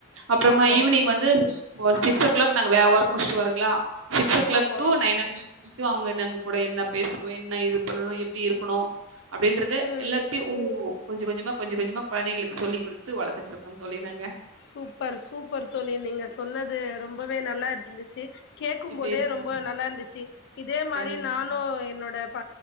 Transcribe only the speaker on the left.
ஆமா
ஆமா
ம்
சூப்பர் சூப்பர் தோழி நீங்க சொன்னது ரொம்பவே நல்லா இருந்துச்சு கேக்கும்
போதே
ரொம்ப நல்லா இருந்துச்சு இதே மாரி
நானு என்னோட ப